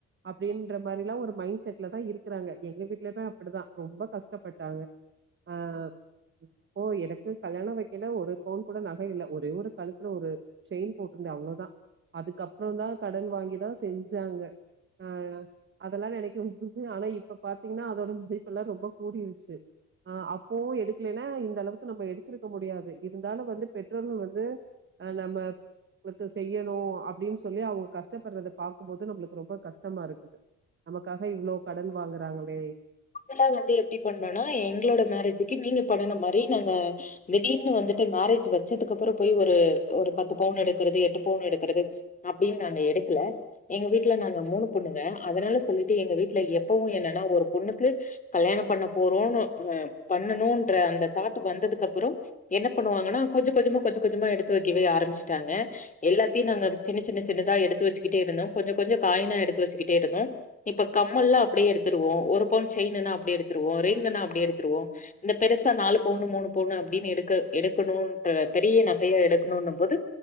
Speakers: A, on the right; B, on the left.
A: அப்டீன் ற மாரிலா ஒரு மைண்ட் செட்ல தான் இருக்றாங்க எங்க வீட்லுமே அப்பிடிதான் ரொம்ப கஷ்டப்பட்டாங்க ஆ அப்போ எனக்கு கல்யாணம் வெக்கேல ஒரு பவுன் கூட நக இல்ல ஒரே ஒரு கழுத்துல ஒரு செயின் போட்ருந்தேன் அவ்ளோதான் அதுக்கப்புறந்தான் கடன் வாங்கிதான் செஞ்சாங்க ஆ அதெல்லா நெனக்கும் போது ஆனா இப்ப பாத்தீங்ன்னா அதோட மதிப்பெல்லா ரொம்போ கூடியிருச்சி ஆ அப்போவு எடுக்கலென்னா இந்த அளவுக்கு நம்போ எடுத்திருக்க முடியாது இருந்தாலு வந்து பெற்றோர்கள் வந்து அ நம்மளுக்கு செய்யணும் அப்டின் சொல்லி அவுங்க கஷ்டப்படுறத பாக்கும்போது நம்ளுக்கு ரொம்ப கஷ்டமா இருக்குது நமக் க்காக இவ்ளோ கடன் வாங்குறாங்களே
B: நாங்கலா வந்து எப்டி பண்ணனா எங்ளோட மேரேஜுக்கு நீங்க பண்ணுன மாரி நாங்க திடீர்னு வந்துட்டு மேரேஜ் வெச்சதுக்கு அப்புற போய் ஒரு ஒரு பத்து பவுன் எடுக்கறது எட்டு பவுன் எடுக்கறது அப்டின் நாங்க எடுக்கல எங்க வீட்ல நாங்க மூணு பொண்ணுங்க அதனால சொல்லிட்டு எங்க வீட்ல எப்பவு என்னனா ஒரு பொண்ணு கு கல்யாணம் பண்ண போறோனு ஆ பண்ணணுன்ற அந்த தாட்டு வந்ததுக்கு அப்புறோ என்ன பண்ணுவாங்கனா கொஞ்ச கொஞ்சமா கொஞ்ச கொஞ்சமா எடுத்து வெக்கவே ஆரம்பிச்ட்டாங்க எல்லாத்தியு நாங்க சின்ன சின்ன சின்னதா எடுத்து வெச்சிக்கிட்டே இருந்தோம் கொஞ்ச கொஞ்ச காயினா எடுத்து வெச்சிக்கிட்டு இருந்தோம் இப்ப கம்மல்லா அப்டியே எடுத்துருவோ ஒரு பவுன் செயின்னுனா அப்டடயே எடுத்துருவோ ரிங்குனா அப்டடயே எடுத்துருவோ இந்த பெருசா நாலு பவுன்னு மூணு பவுன்னு அப்டின்னு எடுக்க எடுக்கணுன்ற பெரிய நகையா எடுக்கணுன்னம் போது